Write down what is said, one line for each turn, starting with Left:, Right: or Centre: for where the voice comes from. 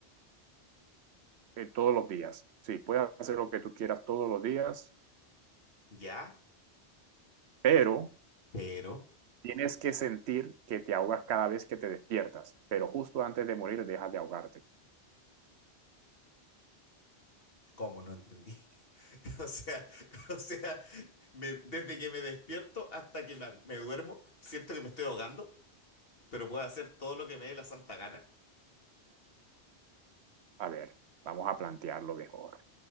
Right: en todos los días. Sí, puedes hacer lo que tú quieras todos los días,
Left: ya,
Right: pero
Left: pero,
Right: tienes que sentir que te ahogas cada vez que te despiertas, pero justo antes de morir dejas de ahogarte.
Left: ¿cómo no entendí? <laughs> O sea, o sea, me- desde que me despierto hasta que me, me duermo, siento que me estoy ahogando, pero puedo hacer todo lo que me dé la santa gana.
Right: A ver, vamos a plantearlo mejor.